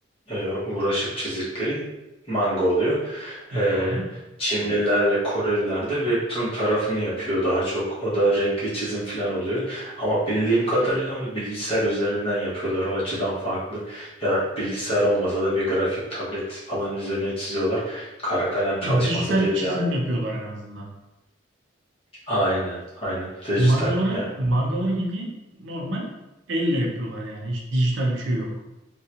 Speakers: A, on the left; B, on the right.
A: eee, uğraşıp çizdikleri manga oluyor.
B: Tamam.
A: e, Çinlilerle Koreliler de webtoon tarafını yapıyor daha çok. O da renkli çizim falan oluyor. Ama bildiğim kadarıyla onu bilgisayar üzerinden yapıyorlar. O açıdan farklı. Ya da bilgisayar olmasa da bir grafik tablet falan üzerine çiziyorlar. Kara kalem çalışması
B: Yani dijital
A: değil
B: bir çizim
A: yani.
B: yapıyorlar en azından.
A: Aynen, aynen. Dijital
B: Mangaları
A: yani.
B: mangaları bildiğin normal elle yapıyorlar yani. Hiç dijital bir şey yok.